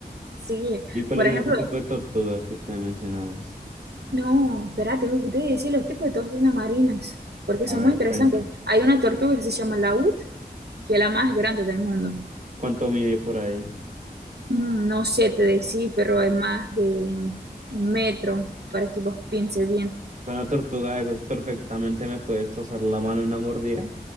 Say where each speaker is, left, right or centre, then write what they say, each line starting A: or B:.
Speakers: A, on the right (about 80°); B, on the right (about 50°).
A: sí.
B: ¿Y cuál
A: Por
B: es
A: ejemplo,
B: el otro tipo de tortuga que me mencionabas?
A: no, espera, tengo que te decir los tipos de tortugas marinas, porque
B: A
A: son
B: ver,
A: muy interesantes.
B: cuenta.
A: Hay una tortuga que se llama laúd, que es la más grande del mundo.
B: ¿Cuánto mide por ahí?
A: Mm, No sé te decir, pero es más de un metro, para que vos pienses bien.
B: Con una tortuga de esas perfectamente me puede destrozar la mano en una mordida.